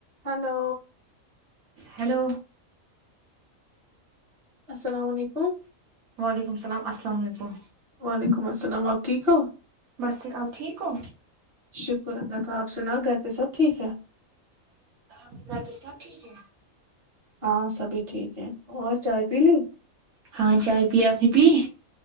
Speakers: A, on the right (about 45°); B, on the right (about 85°).
A: Hello
B: hello
A: السلام علیکم
B: وعلیکم السلام السلام علیکم
A: وعلیکم السلام آپ ٹھیک ہو
B: بس ٹھیک آپ ٹھیک ہو
A: شکر اللہ کا آپ سنا گھر پہ سب ٹھیک ہے
B: کے گھر پہ سب ٹھیک ہے
A: ہاں سبھی ٹھیک ہے اور چائے پی لی
B: ہاں چار پی آنی پی